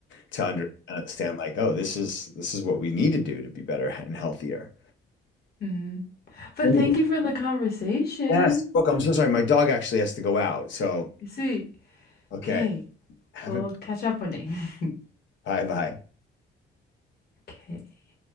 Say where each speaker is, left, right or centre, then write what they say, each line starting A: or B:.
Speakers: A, on the left; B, on the left.
A: to under- understand like, oh, this is this is what we need to do to be better and healthier.
B: Mhm. But
A: Let me
B: thank
A: go-
B: you for the conversation.
A: Yes. Look, I'm so sorry. My dog actually has to go out. So,
B: You see,
A: okay.
B: okay,
A: Have
B: we'll
A: a
B: catch up one day. <laughs>
A: bye bye.
B: Okay.